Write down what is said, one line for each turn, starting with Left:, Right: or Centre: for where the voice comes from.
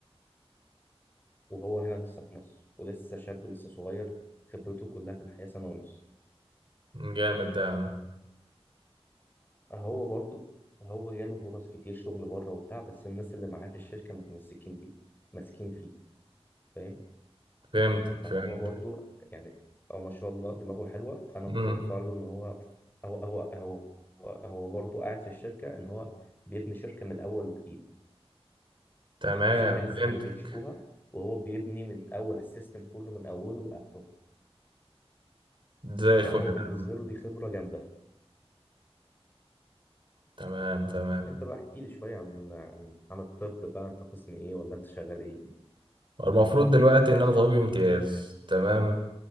Left: وهو هنا لسه في مصر ولسه شاب لسه صغير خبرته كلها في الحياة سنة ونص
Right: جامد ده يا عم
Left: فهو برضو هو جاله فرص كتير شغل بره وبتاع بس الناس اللي معاه في الشركة متمسكين بيه ماسكين فيه فاهم
Right: فهمتك
Left: فهو
Right: فهمت
Left: برضو يعني هو ما شاء الله دماغه حلوة فأنا
Right: امم
Left: متوقع له إن هو هو هو هو هو برضو قاعد في الشركة إن هو بيبني شركة من الأول وجديد
Right: تمام
Left: الشركة لسه
Right: فهمتك
Left: كانوا بينشئوها وهو بيبني من الأول السيستم كله من أوله لآخره
Right: زي الفل
Left: فهو
Right: ده
Left: بالنسبة
Right: يا عم
Left: له دي خبرة جامدة
Right: تمام تمام
Left: أنت بقى احكي لي شوية عن عن عن الطب بقى أنت قسم إيه ولا أنت شغال إيه
Right: المفروض دلوقتي ان انا طبيب امتياز تمام